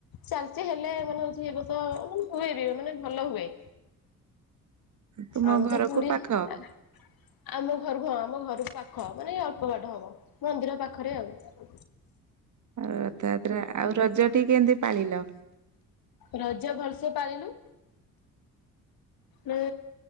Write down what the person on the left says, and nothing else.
ଚାଲିଚି ହେଲେ ମାନେ ହଉଛି, ଏବେତ ମାନେ ହୁଏ ବି, ମାନେ ଭଲ ହୁଏ।
ଆମ୍
ତ ପୁରୀ
ଆଁ ଆମ ଘର ହଁ, ଆମ ଘରକୁ ପାଖ। ମାନେ ଅଳ୍ପ ବାଟ ହବ। ମନ୍ଦିର ପାଖରେ ଆଉ।
ରଜ ଭଲ୍ ସେ ପାଳିଲୁ। ନେ